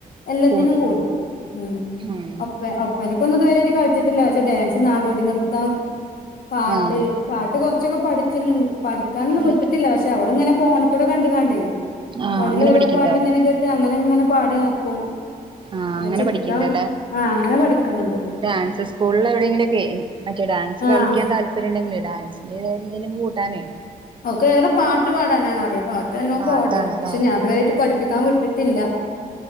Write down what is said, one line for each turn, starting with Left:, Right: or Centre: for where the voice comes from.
Left: എല്ലത്തിനും
Right: കൂടു
Left: കൂടും ഉം
Right: ഉം
Left: ഒപ്പ ഒപ്പനൊക്ക് ഒന്നും ഇത് വെരെ ആയിറ്റ് കളിച്ച്ട്ട് ഇല്ല പക്ഷെ ഡാൻസ് നാടോടി നൃത്തം പാട്ട്
Right: ആഹ്
Left: പാട്ട് കൊർച്ചൊക്കെ പഠിച്ചെൽ ഇൺ പഠിക്കാനൊന്നും
Right: പഠി
Left: വിട്ട്ട്ട് ഇല്ല പക്ഷെ അവൾ ഇങ്ങനെ ഫോണ്ക്കൂടെ കണ്ട് കണ്ടെയ്
Right: ആഹ്
Left: ഫോണിൽ
Right: അങ്ങനെ
Left: ഓരോ
Right: പഠിക്കണ്ടാവും
Left: പാട്ട് ഇങ്ങനെ കേട്ട് അങ്ങനെ ഇങ്ങനെ പാടി നോക്കും
Right: ആഹ്
Left: പിന്നെ
Right: അങ്ങനെ
Left: ചിത്രം
Right: പഠിക്കണ്ടല്ലേ
Left: ആഹ് അങ്ങനെ പഠിക്ക്ണ് ഇണ്ട്
Right: ഡാൻസ് സ്കൂൾ എവിടെങ്കിലൊക്കെ മറ്റേ ഡാൻസ്
Left: ആഹ്
Right: കളിക്ക്യാൻ താല്പര്യം ഇണ്ടങ്കിലെ ഡാൻസിന്റെ ഏതെലും എന്തെലും കൂട്ടാനെയ്
Left: ഓക്കേ ഏറെ പാട്ട് പാടാനാണ് അറിയാ പാട്ട് നല്ലാം
Right: പാട്ടാണ്
Left: പാടും പക്ഷെ
Right: ല്ലേ
Left: ഞാൻ ഇത് വെരെ ആയിറ്റ് പഠിപ്പിക്കാൻ വിട്ട്ട്ട് ഇല്ല